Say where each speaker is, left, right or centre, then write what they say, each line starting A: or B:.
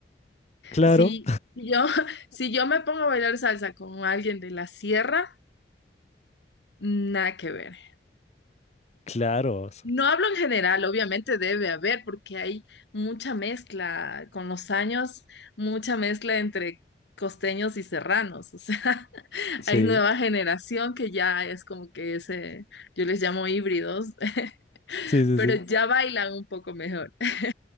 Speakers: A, on the left; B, on the left.
A: Claro,
B: Si yo, <laughs> si yo me pongo a bailar salsa con alguien de la sierra, nada que ver.
A: <laughs> claro.
B: No hablo en general, obviamente debe haber, porque hay mucha mezcla con los años, mucha mezcla entre costeños y serranos. O sea, <laughs>
A: Sí,
B: hay nueva generación que ya es como que ese, yo les llamo híbridos, <laughs>
A: sí, sí,
B: pero
A: sí.
B: ya bailan un poco mejor. <laughs>